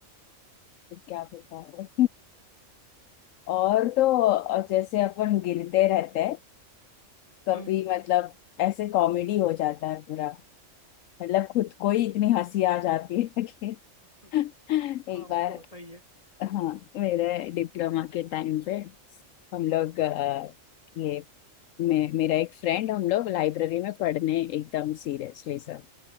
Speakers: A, on the left; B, on the left.
A: क्या बताओ और तो जैसे अपन गिरते रहते हैं कभी
B: हम्म,
A: मतलब ऐसे कॉमेडी हो जाता है पूरा मतलब खुद को ही इतनी हंसी आ जाती है कि
B: हम्म,
A: <laughs>
B: हाँ
A: एक
B: वो
A: बार
B: तो होता ही है
A: हाँ मेरे डिप्लोमा के टाइम पे हम लोग अ, ये मे, मेरा एक फ्रेंड हम लोग लाइब्रेरी में पढ़ने एकदम सीरियसली सब